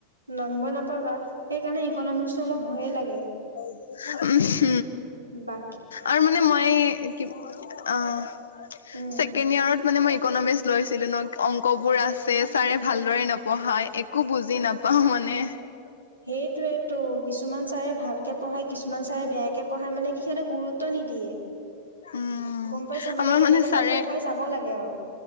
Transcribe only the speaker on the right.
নম্বৰ নাপাবা। সেইকাৰণে ইকনমিক্সটো অলপ ভয়ে লাগে।
বা
উম।
সেইটোৱে টো কিছুমান ছাৰে ভালকে পঢ়ায়, কিছুমান ছাৰে বেয়াকে পঢ়ায়, মানে কিহমানক গুৰুত্ব নিদিয়ে।
গ'ম পাইছা
মানে কেনেবাকৈ
পঢ়াই যাব লাগে আৰু